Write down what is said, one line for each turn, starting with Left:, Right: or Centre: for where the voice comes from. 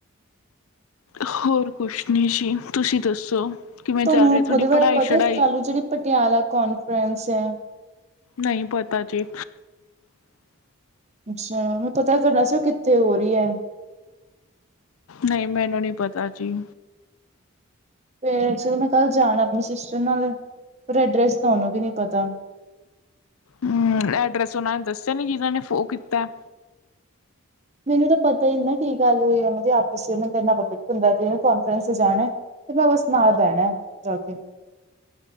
Left: ਹੋਰ ਕੁਛ ਨੀਂ ਜੀ ਤੁਸੀ ਦੱਸੋ ਕਿਵੇਂ
Right: ਤੁਹਾਨੂੰ
Left: ਚੱਲ ਰੀਐ ਥੋਡੀ
Right: ਉਹਦੇ ਬਾਰੇ
Left: ਪੜ੍ਹਾਈ-
Right: ਪਤਾ
Left: ਛੜ੍ਹਾਈ?
Right: ਕੱਲ ਜਿਹੜੀ ਪਟਿਆਲਾ ਕੌਨਫਰੰਸ ਐ।
Left: ਨਈਂ ਪਤਾ ਜੀ।
Right: ਅੱਛਾ, ਮੈਂ ਪਤਾ ਕਰਨਾ ਸੀ ਉਹ ਕਿੱਥੇ ਹੋਰੀ ਐ?
Left: ਨਈਂ ਮੈਨੂੰ ਨੀਂ ਪਤਾ ਜੀ।
Right: ਤੇਅ ਐਕਚਲੀ ਮੈਂ ਕਲ ਜਾਣਾ ਆਪਣੀ ਸਿਸਟਰ ਨਾਲ, ਰ ਐਡਰੈਸ ਉਹਨੂੰ ਵੀ ਨੀ ਪਤਾ।
Left: ਅਮ ਐਡਰੈਸ ਉਨਾਂ ਨੇ ਦੱਸਿਆ ਨੀ ਜਿਨਾਂ ਨੇ ਫੋ ਕੀਤਾ।
Right: ਮੈਂਨੂੰ ਤਾ ਪਤਾ ਈ ਨੀ ਨਾ ਕੀ ਗੱਲ ਹੋਈ ਆ ਉਨਾਂ ਦੀ ਆਪਸ 'ਚ'ਮੈਨੂੰ ਤ ਐਨਾਂ ਪਤਾ ਵੀ ਪਿੰਡਾਂ 'ਚ ਇਹਨੇ ਕੌਨਫਰੈਂਸ 'ਚ' ਜਾਣੈ। ਮੈਂ ਤਾਂ ਬਸ ਨਾਲ ਬਹਿਣਾ ਜਾ ਕੇ।